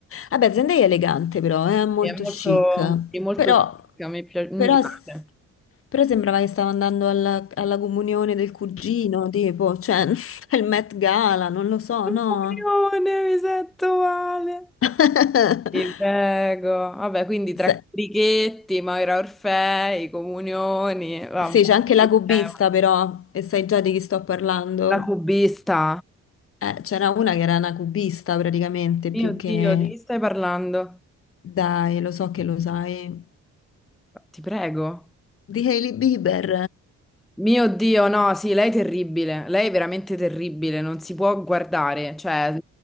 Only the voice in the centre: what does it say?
è molto,
è molto
chic, mi pia- mi
piace.
Comunione, mi sento male.
Ti prego. Vabbè, quindi tra
Carichetti, Maura Orfei, Comunioni, vabbè.
che
tema.
La cubista.
Mio
Dio,
di chi stai parlando?
Ti prego.
Mio Dio, no, sì, lei è terribile. Lei è veramente terribile, non si può guardare, cioè,